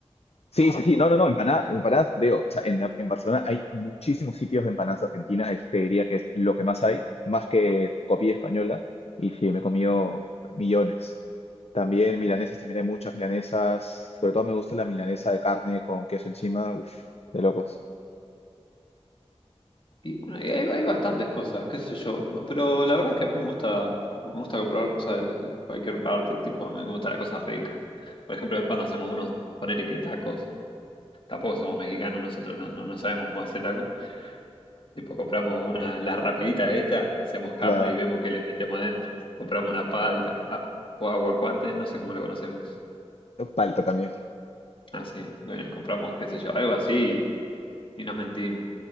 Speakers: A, on the left; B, on the left.
A: Sí, sí, sí, no, no, no, empanadas, empanadas, digo, o sea, en, en Barcelona hay muchísimos sitios de empanadas argentinas, este diría que es lo que más hay, más que copia española, y sí, me he comido millones. También milanesas, también hay muchas milanesas, sobre todo me gusta la milanesa de carne con queso encima, uff, de locos.
B: Y bueno, y hay, hay bastantes cosas, qué sé yo. Pero la verdad es que a mí me gusta, me gusta probar cosas de cualquier parte. Tipo, a mí me gusta la cosa rica. Por ejemplo, cuando hacemos unos, ponele que tacos. Tampoco somos mexicanos, nosotros no, no, no sabemos cómo hacer tacos. Tipo, compramos una, las rapiditas estas, hacemos carne
A: Claro.
B: y vemos qué le metemos adentro. Compramos una palta a- o aguacate, no sé cómo lo conoces vos.
A: Palta también.
B: Ah, sí, bueno, compramos, qué sé yo, algo así y nos mentimos.